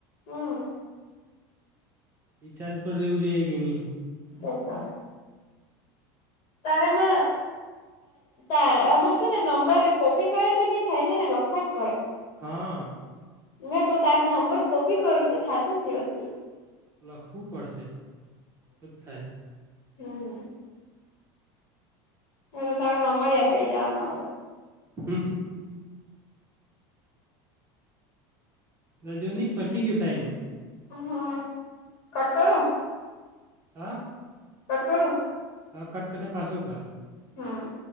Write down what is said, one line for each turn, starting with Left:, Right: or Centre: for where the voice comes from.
Left: હમ...
Right: રિચાર્જ પર રેવુ જોઈએ કે નહીં
Left: <inaudible> તારામાં આમાં છેને નંબર કોપી કરે તો નહી થાય હેને લખવો જ પડે
Right: હાઆ.
Left: મે તારો નંબર કોપી કરું તો થાતું જ ન હતું.
Right: લખવું પડશે તો ત થાય
Left: હમ્મ હવે તારો નંબર યાદ રઈ જવાનો હવે
Right: <inaudible> રજોની પતી ગયો ટાઈમ
Left: હ.. કટ કરું
Right: હા
Left: કટ કરું
Right: હા કટ કરીને પાછો કર
Left: હમ્મ